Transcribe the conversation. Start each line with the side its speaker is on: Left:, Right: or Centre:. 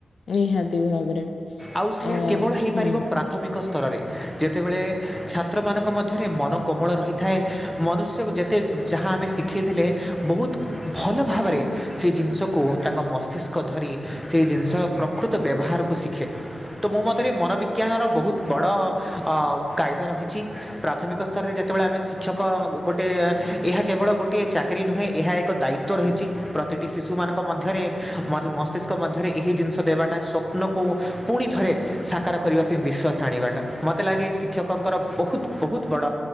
Left: ନିହାତି ଭାବରେ
Centre: ଆଉ ସେଆ
Left: ଆ ହୁଁ
Centre: କେବଳ ହେଇପାରିବ ପ୍ରା ପ୍ରାଥମିକ ସ୍ତରରେ। ଯେତେବେଳେ ଛାତ୍ରମାନଙ୍କ ମଧ୍ୟରେ ମନ କୋମଳ ରହିଥାଏ। ମନୁଷ୍ୟକୁ ଯେତେ ଯାହା ଆମେ ଶିଖାଇଥିଲେ, ବହୁତ ଭଲ ଭାବରେ ସେ ଜିନିଷକୁ ତାଙ୍କ ମସ୍ତିଷ୍କ ଧରି, ସେହି ଜିନିଷର ପ୍ରକୃତ ବ୍ୟବହାରକୁ ଶିଖେ। ତୁ ମୋ ମତରେ ମନୋବିଜ୍ଞାନର ବହୁତ ବଡ଼ ଅ କାଇଦା ରହିଛି। ପ୍ରାଥମିକ ସ୍ତରରେ ଯେତେବେଳେ ଆମେ ଶିକ୍ଷକ ଗୋଟେ ଏହା କେବଳ ଗୋଟିଏ ଚାକିରି ନୁହେଁ ଏହା ଏକ ଦାୟିତ୍ଵ ତ୍ବ ରହିଛି ପ୍ରତିଟି ଶିଶୁମାନଙ୍କ ମଧ୍ୟରେ ମନେ ମସ୍ତିଷ୍କ ମଧ୍ୟରେ, ଏହି ଜିନିଷ ଦେବାଟା ସ୍ୱପ୍ନକୁ ପୁଣିଥରେ ସାକାର କରିବା ପାଇଁ ବିଶ୍ୱାସ ଆଣିବାଟା ମତ ମତେ ଲାଗେ ଶିକ୍ଷକଙ୍କର ବହୁତ, ବହୁତ ବଡ